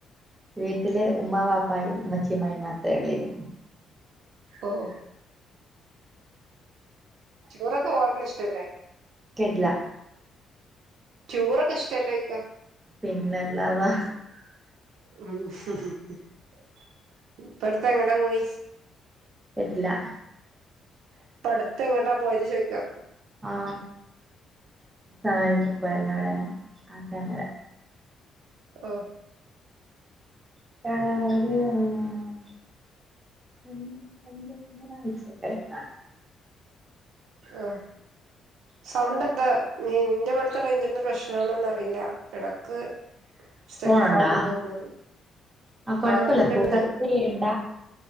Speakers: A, on the right; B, on the right.
A: വീട്ടില് ഉമ്മാവാപ്പായും ഉമ്മച്ചിയും മൈനാത്തയുഒള്ളിനി
B: ഓഹ് റ്റുറൊക്കെ വാരുനിഷ്ടല്ലേ
A: കേട്ടില്ലാ
B: റ്റുറൊക്കെ ഇഷ്ട്ടല്ലെ ഓയ്‌ക്ക
A: പിന്നല്ലാതെ
B: <unintelligible> ഇപ്പടുത്തെങ്ങടെ പോയ്
A: കേട്ടില്ലാ
B: ഇപ്പടുത്ത് എങ്ങ്ട്ടാ പോയത് ചോയ്ക്കാ
A: ആ സാ ഇവടെപോയാരുന്നു എവിടെങ്ങെ ആറ്റങ്ങര
B: ഓഹ്
A: <unintelligible> ഒര് ഒന്ന് രണ്ട് മൂന്നാഴ്ചയൊക്കെ കാണും
B: ഓഹ് സൗണ്ട് എന്താ നിന്റവിടുത്തെ റേഞ്ചിൻ്റെ പ്രശ്നണോന്നറിയില്ല എടക്ക് സ്റ്റ്ക്കാവന്ന്
A: ഫോണുണ്ടാ
B: തോന്നന്ന്
A: ആ കൊഴപ്പല്ല
B: ആഹ് എടക്കിണ്ട്
A: കോൾ കട്ട് ചെയ്യണ്ട